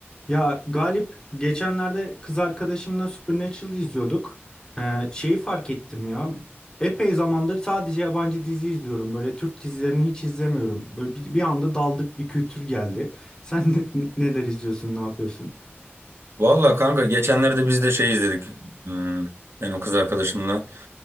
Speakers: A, on the left; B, on the right.
A: Ya Galip geçenlerde kız arkadaşımla Supernatural izliyorduk. Ee, şeyi fark ettim ya. Epey zamandır sadece yabancı dizi izliyorum. Böyle Türk dizilerini hiç izlemiyorum. Böyle bir, bir anda daldık bir kültür geldi. Sen <laughs> ne- neler izliyorsun, ne yapıyorsun?
B: Valla kanka geçenlerde biz de şey izledik. Hmm, ben o kız arkadaşımla.